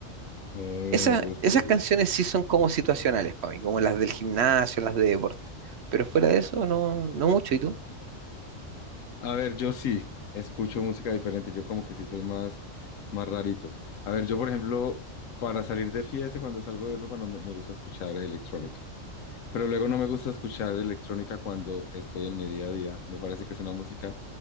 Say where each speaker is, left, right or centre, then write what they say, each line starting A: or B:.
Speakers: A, on the left; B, on the right.
A: No, no,
B: Esa-
A: me gusta,
B: esas
A: me gusta.
B: canciones sí son como situacionales para mí, como las del gimnasio, las de deporte. Pero fuera de eso, no, no mucho. ¿Y tú?
A: A ver, yo sí escucho música diferente, yo como que sí soy más, más rarito. A ver, yo por ejemplo, para salir de fiesta, cuando salgo de ropa, no me, me gusta escuchar electrónica, pero luego no me gusta escuchar electrónica cuando estoy en mi día a día. Me parece que es una música